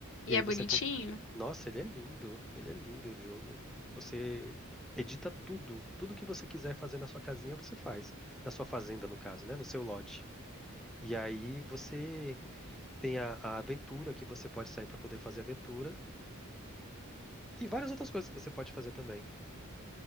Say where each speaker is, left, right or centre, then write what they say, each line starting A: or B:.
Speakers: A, on the left; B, in the centre.
A: E
B: e aí
A: é bonitinho?
B: você. com- Nossa, ele é lindo, ele é lindo o jogo. Você edita tudo, tudo que você quiser fazer na sua casinha, você faz. Na sua fazenda, no caso, né? No seu lote. E aí você tem a, a aventura que você pode sair para poder fazer aventura. E várias outras coisas que você pode fazer também.